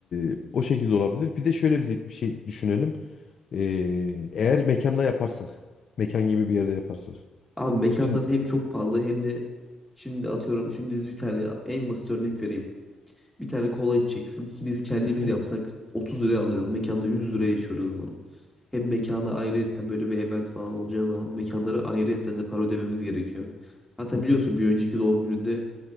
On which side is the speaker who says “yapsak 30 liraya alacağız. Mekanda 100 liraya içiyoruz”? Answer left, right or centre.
Centre